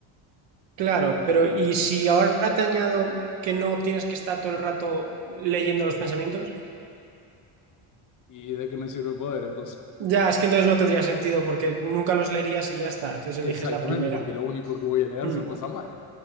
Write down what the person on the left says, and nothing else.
¿Y de qué me sirve el poder entonces?
<laughs>
Exactamente,
porque lo único que voy a leer
son cosas malas.